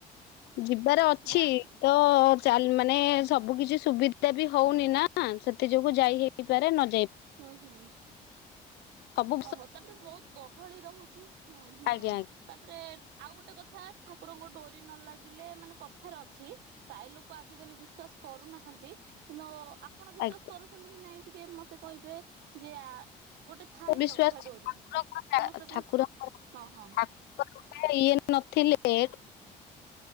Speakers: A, on the left (about 80°); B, on the right (about 80°).
A: ଯିବାର ଅଛି
B: ଯାଆନ୍ତି?
A: ତ ଚା ମା ମାନେ ସବୁ କିଛି ସୁବିଧା ବି ହଉନି ନା ସେଥି ଯୋଗୁ ଯାଇ ହେଇପାରେ ନ
B: ହୁଁ ହୁଁ।
A: ହବ।
B: ଓହୋ ତାପରେ ବହୁତ ଗହଳି ରହୁଛି ହୁଁ ହୁଁ
A: ଆଜ୍ଞା
B: ତାପରେ ଆଉ ଗୋଟେ କଥା ଠାକୁ କୁରଙ୍କ ଡୋରି ନ ଲାଗିଲେ ମାନେ କଥାରେ ଅଛି ପ୍ରାୟ ଲୋକ ଆଜିିକାଲି ବିଶ୍ଵାସ କରୁନାହାନ୍ତି। କିନ୍ତୁ ଆପଣ ବିଶ୍ଵାସ
A: ଆଜ୍ଞା
B: କରୁଛନ୍ତି କି ନାଇଁ ଟିକେ ମତେ କହିବେ ଯେ ଆ ଗୋଟେ ଥାଏ
A: ବିଶ୍ୱାସ
B: ଜଗା
A: ଠାକୁରଙ୍କ
B: ଡୋରି ସମସ୍ତେ
A: ଠାକୁରଙ୍କ
B: କୁହ ହଁ ହଁ।
A: ଠାକୁରଙ୍କ ଇଏ ନଥିଲେଁ